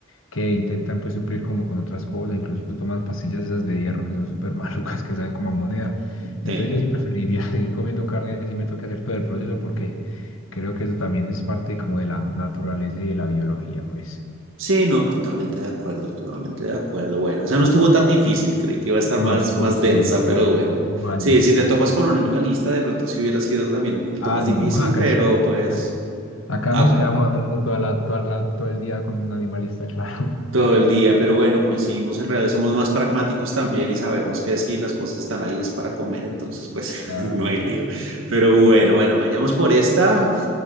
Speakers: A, on the left (about 80°); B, on the right (about 75°).
A: que intentan pues suplir como con otras cosas, incluso toman pastillas esas de hierro que son súper <laughs> malucas, que saben como a moneda. Entonces
B: Sí.
A: yo sí preferiría <laughs> seguir comiendo carne si me toca hacer todo el proceso porque creo que eso también es parte como de la naturaleza y de la biología, pues.
B: Sí, no, totalmente de acuerdo, totalmente de acuerdo. Bueno, esa no estuvo tan difícil, creí que iba a estar
A: No,
B: más,
A: eso
B: más
A: sí,
B: densa,
A: esto
B: pero bueno.
A: no fácil.
B: Sí, si te topas con un animalista, de pronto sí hubiera sido también un poquito
A: Ah,
B: más difícil,
A: no, <laughs> acá,
B: pero
A: es-
B: pues...
A: acá, acá
B: A
A: nos quedamos hablando toda la, toda la- todo el día con un animalista, <laughs> claro.
B: todo el día, pero bueno, coincidimos en realidad, somos más pragmáticos también y sabemos que si las cosas están ahí es para comer, entonces pues
A: Claro.
B: <laughs> no hay lío. Pero bueno, bueno, vayamos por esta,